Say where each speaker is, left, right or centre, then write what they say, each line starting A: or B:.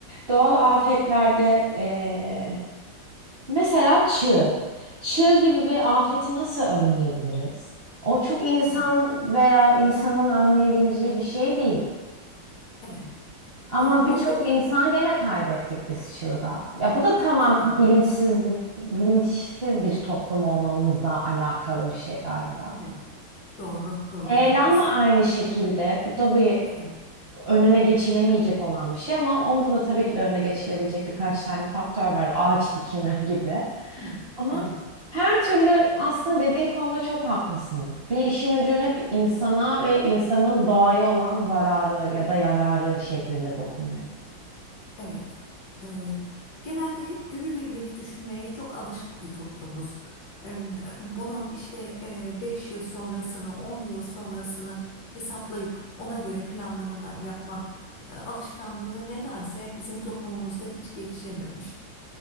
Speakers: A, on the right; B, on the left.
A: Doğal afetlerde e, mesela çığ. Çığ gibi bir afeti nasıl önleyebiliriz? O çok insan
B: Evet,
A: veya insanın önleyebileceği bir şey değil.
B: evet.
A: Ama
B: E, orada
A: birçok
B: da
A: insan gene kaybettik biz çığda. Ya bu da tamamen
B: değil mi?
A: bilinçsizlik, bilinçsiz bir toplum olmamızla alakalı bir şey galiba.
B: Evet. Doğru, doğru,
A: Eylem
B: haklısın.
A: de aynı şekilde. Bu da bir
B: Evet,
A: önüne geçilemeyecek olan bir şey ama onda da tabii ki de önüne geçilebilecek birkaç tane faktör var. Ağaç dikimi gibi.
B: değil mi?
A: Ama
B: Evet,
A: her türlü aslında dediğin konuda çok haklısın. Bir işin ucu hep insana ve insanın doğaya olan zararı ya da yararı şeklinde dokunuyor.
B: evet. E, genelde hep günübirlik düşünmeye çok alışık bir toplumuz. E, bunun işte e, 5 yıl sonrasını, 10 yıl sonrasını hesaplayıp ona göre planlamalar yapma e, alışkanlığı nedense bizim toplumumuzda hiç gelişememiş.